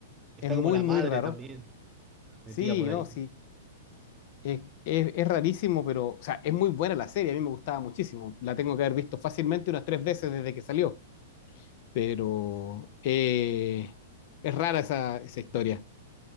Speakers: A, on the right; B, on the left.
A: Está
B: es muy,
A: como la
B: muy
A: madre
B: raro.
A: también, metida
B: Sí,
A: por
B: no,
A: ahí.
B: sí, es, es- es rarísimo, pero, o sea, es muy buena la serie, a mí me gustaba muchísimo, la tengo que haber visto fácilmente unas tres veces desde que salió. pero eh, es rara esa, esa historia.